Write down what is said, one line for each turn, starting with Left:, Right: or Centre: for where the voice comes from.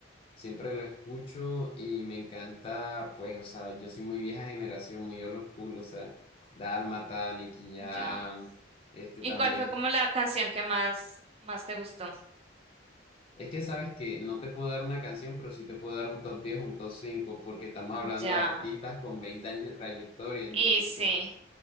Left: siempre lo escucho y me encanta, pues, o sea, yo soy muy vieja generación, muy old school, o sea, Dálmata, Nicky Jam,
Right: Ya.
Left: este
Right: ¿Y
Left: también.
Right: cuál fue como la canción que más, más te gustó?
Left: Es que sabes que no te puedo dar una canción, pero sí te puedo dar un top diez un top 5 porque estamos hablando
Right: Ya.
Left: de artistas con 20 años de trayectoria, entonces.
Right: Y sí,